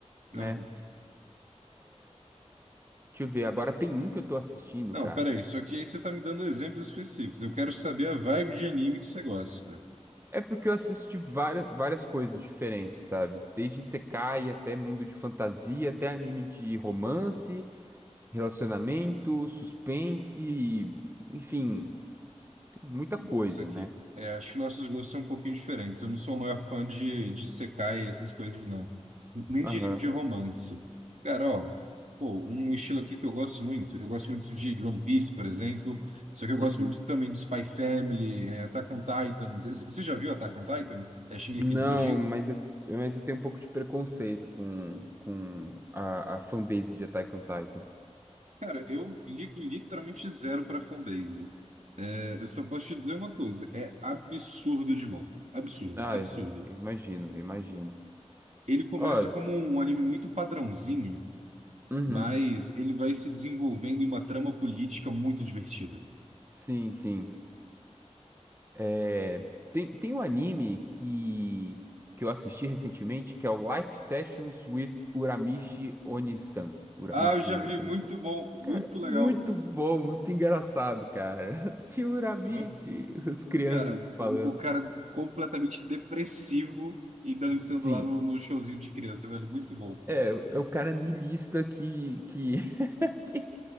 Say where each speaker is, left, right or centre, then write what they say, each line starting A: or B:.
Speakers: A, on the right (about 20°); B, on the right (about 80°).
A: né?
B: Aham.
A: Deixa eu ver, agora tem um que eu tô assistindo,
B: Não,
A: cara.
B: peraí, só que aí você tá me dando exemplos específicos. Eu quero saber a vibe de anime que você gosta.
A: É porque eu assisti várias, várias coisas diferentes, sabe? Desde Sekai até mundo de fantasia, até anime de romance, Relacionamento, suspense, enfim, tem muita coisa,
B: Isso aqui.
A: né?
B: É, acho que nossos gostos são um pouquinho diferentes. Eu não sou o maior fã de, de Sekai e essas coisas, não. Nem
A: Aham.
B: de anime de romance. Cara, ó, pô, um estilo aqui que eu gosto muito. Eu gosto muito de de One Piece, por exemplo. Só que eu gosto
A: Uhum.
B: muito também de Spy Family, é, Attack on Titan. C- Você já viu Attack on Titan? É Shingeki
A: Não,
B: no Kyojin?
A: mas eu, mas eu tenho um pouco de preconceito com, com a, a fanbase de Attack on Titan.
B: Cara, eu ligo literalmente zero pra fanbase. É, eu só posso te dizer uma coisa. É absurdo de bom. Absurdo,
A: Ah,
B: absurdo.
A: eu, eu imagino, eu imagino.
B: Ele começa
A: Ó,
B: como um anime muito padrãozinho,
A: uhum,
B: mas ele vai se desenvolvendo em uma trama política muito divertida.
A: sim, sim. É, tem, tem um anime que, que eu assisti recentemente que é o Life Sessions with Uramichi Onisan. Uramichi
B: Ah, eu já
A: Uni-
B: vi, muito
A: Onisan.
B: bom, muito
A: Cara,
B: legal.
A: muito bom, muito engraçado, cara. <laughs> Tio Urabite,
B: Uhum.
A: as crianças
B: Cara,
A: falando.
B: o, o cara completamente depressivo e dançando
A: Sim,
B: lá no, no showzinho de criança, velho, muito bom.
A: é, é o cara niilista que, que, <laughs> que